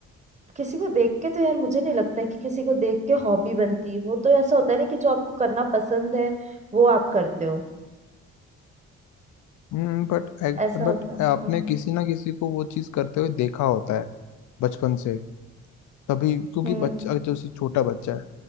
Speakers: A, on the right; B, on the left.
A: किसी को देख के तो यार मुझे नहीं लगता है कि किसी को देख के हॉबी बनती वो तो ऐसा होता है ना कि जो आपको करना पसंद है वो आप करते हो
B: हम्म बट
A: ऐसा
B: बट
A: होता है
B: आपने
A: हम्म
B: किसी ना किसी को वो चीज करते हुए देखा होता है बचपन से तभी क्योंकि
A: हम्म
B: बच्चा अगर जैसे छोटा बच्चा है